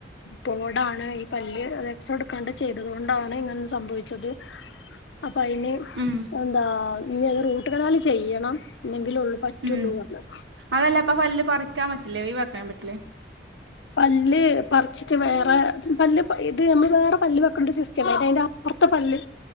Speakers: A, on the left (about 85°); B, on the right (about 80°).
A: പോടാണ് ഈ പല്ല് എക്സറേ എടുക്കാണ്ട് ചെയ്തത് കൊണ്ടാണ് ഇങ്ങനെ സംഭവിച്ചത് അപ്പൊ അതിന്
B: ഉം
A: എന്താ ഇനി അത് റൂട്ടുകനാൽ ചെയ്യണം ഇന്നെങ്കിലും ഉള്ള പറ്റുള്ളൂന്ന്
B: ഉം
A: പറഞ്ഞ്
B: അതല്ല അപ്പൊ പല്ല് പറിക്കാൻ പറ്റില്ലേ ഒഴിവാക്കാൻ പറ്റില്ലേ
A: പല്ല് പറിച്ചിട്ട് വേറെ പല്ല് ഇത് നമ്മള് വേറെ പല്ല് വെക്കേണ്ട ഒരു സിസ്റ്റം അതിന്റെ പുറത്തെ പല്ല്